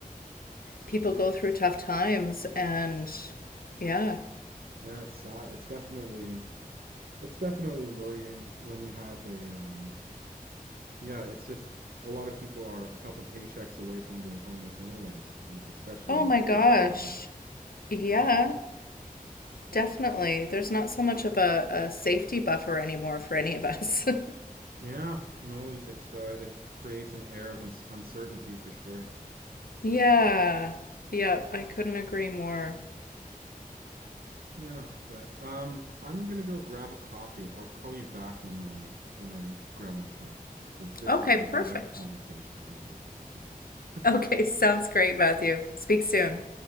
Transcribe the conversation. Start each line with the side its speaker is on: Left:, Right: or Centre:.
Left: people go through tough times and yeah.
Right: Yeah, it's sad. It's definitely it's definitely worrying when you have a um yeah, it's just a lot of people are a couple paychecks away from being homeless anyways, you know, especially
Left: Oh my
Right: here
Left: gosh.
Right: in Canada.
Left: Yeah,
Right: Yeah.
Left: definitely. There's not so much of a, a safety buffer anymore for any of us. <laughs>
Right: Yeah, no, it's uh it creates an air of uns- uncertainty for sure.
Left: Yeah. Yep, I couldn't agree more.
Right: Yeah, but um I'm gonna go grab a coffee. I'll call you back when my when I grab my cup because this
Left: Okay,
Right: is an
Left: perfect.
Right: in-depth conversation. I would like to continue it.
Left: Okay, sounds great, Matthew. Speak soon.
Right: Okay.